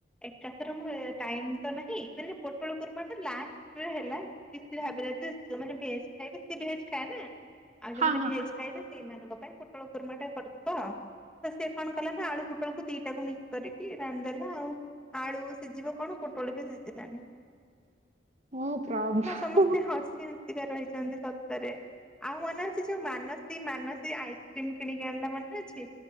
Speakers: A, in the centre; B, on the right.
A: ଏ ତାପରେ ଟାଇମ୍ ତ ନାହିଁ ମାନେ ପୋଟଳ କୁର୍ମାଟା ଲାଷ୍ଟ୍ ରେ ହେଲା କି ସେ ଭାବିଲା ଯେ ଝିଅମାନେ ଭେଜ୍ ଖାଇବେ ସେ ଭେଜ ଖାଏ ନା ଆଉ
B: ହଁ
A: ଯୋଉ ମାନେ
B: ହଁ।
A: ଭେଜ୍ ଖାଇବେ ସେଇମାନଙ୍କ ପାଇଁ ପୋଟଳ କୁର୍ମା ଟା କରିଦବା ଆଉ ତ ସେ କଣ କଲା ନା ଆଳୁ ପୋଟଳକୁୁ ଦିଟାକୁ ମିକ୍ସ କରିକି ରାନ୍ଧିଦେଲା ଆଉ। ଆଳୁ ସିଝିବ କଣ ପୋଟଳ ବି ସିଝିଲାନି।
B: ଓ ପ୍ରଭୁ।
A: ପିଲା
B: ହଁ
A: ସମସ୍ତେ ହସି ଟିକେ ରହିଛନ୍ତି ସତରେ। ଆଉ ମନେ ଅଛି ଯୋଉ ମାନ ସି ମାନସୀ ଆଇସ୍କ୍ରିମ୍ କିଣିକି ଆଣିଲା ମନେ ଅଛି।